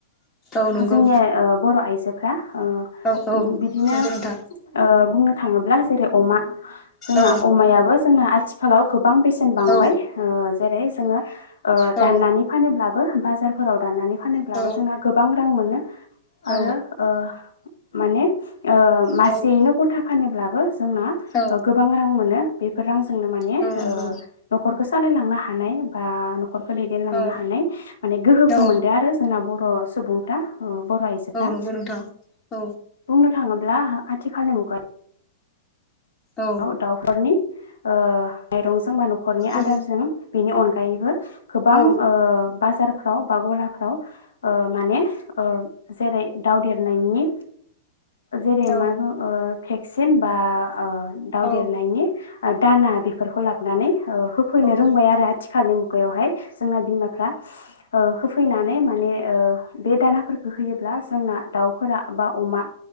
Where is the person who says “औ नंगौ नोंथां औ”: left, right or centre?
Left